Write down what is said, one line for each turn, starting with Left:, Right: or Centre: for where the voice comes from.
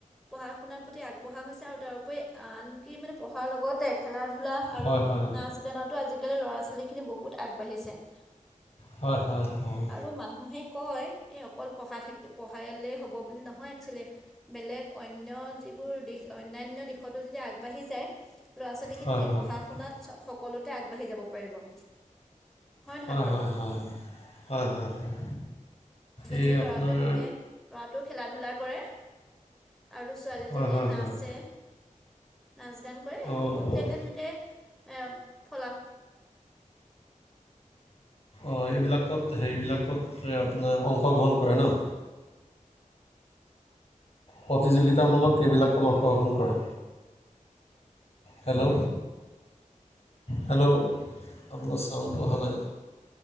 Centre: পঢ়া শুনাৰ প্ৰতি আগবঢ়া হৈছে আৰু তাৰোপৰি আনকি মানে পঢ়াৰ লগতে খেলা ধূলা। আৰু
Left: হয় হয়
Centre: নাচ গানতো আজিকালি ল'ৰা ছোৱালী খিনি বহুত আগবাঢ়িছে।
Left: হয় হয় হয়।
Centre: আৰু মানুহে কয় এই অকল পঢ়া থাকি পঢ়ালেই হ'ব বুলি নহয় এক্সোৱেলি, বেলেগ অন্য যিবোৰ দিশ অন্যান্য দিশতো যদি আগবাঢ়ি যায়, ল'ৰা ছোৱালীখিনিতে
Left: হয় হয় হয়
Centre: পঢ়া শুনাত সকলোতে আগবাঢ়ি যাব পাৰিব। নহয়
Left: হয়
Centre: বাৰু
Left: হয় হয় হয় হয় হয়।
Centre: দুজনীয়ে
Left: এই
Centre: লৰাটোৱ
Left: আপোনাৰ
Centre: দুয়োটাই লৰাটো খেলা ধূলা কৰে, আৰু ছোৱালীজনীয়ে
Left: হয় হয়
Centre: নাচে।
Left: হয়
Centre: নাচ গান কৰে
Left: অঁ
Centre: বহুত
Left: অঁ
Centre: জেগাত এনেকে এ ফলাফ,
Left: অঁ এইবিলাকত হেৰিবিলাকত আপোনাৰ অংশগ্ৰহণ কৰে ন, প্ৰতিযোগিতামূলক কেইবিলাক ত অংশগ্ৰহণ কৰে। হেল্লো হেলো', আপোনাৰ চাউণ্ডটো অহা নাই,